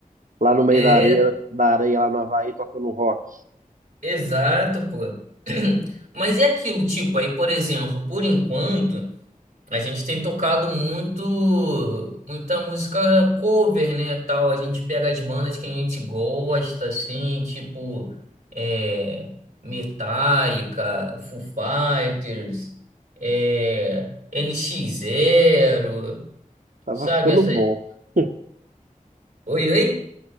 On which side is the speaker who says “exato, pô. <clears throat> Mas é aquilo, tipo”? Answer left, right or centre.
Right